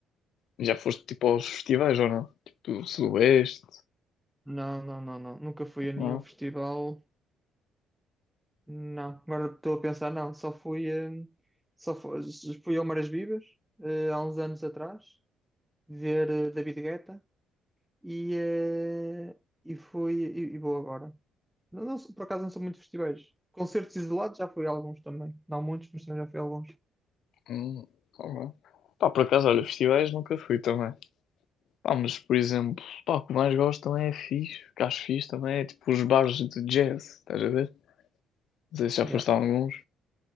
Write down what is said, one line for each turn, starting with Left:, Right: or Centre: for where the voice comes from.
Left: já foste tipo aos festivais ou não? Tipo Sudoeste,
Centre: Não, não, não, não. Nunca fui a nenhum
Left: não?
Centre: festival. Não. Agora estou a pensar, não. Só fui, eh, só fui, fui ao Maras Vivas, eh, há uns anos atrás, ver eh, David Guetta e, eh, e fui e, e vou agora. Não, não sou- por acaso não sou muito de festivais. Concertos isolados já fui a alguns também. Não muitos, mas também já fui a alguns.
Left: Hum, ou não? Pá, por acaso, olha, festivais nunca fui também. Pá, mas por exemplo, pá, o que mais gosto também é fixe, o que acho fixe também é tipo os bares de jazz, estás a ver? Não sei se já
Centre: Yeah.
Left: foste a alguns.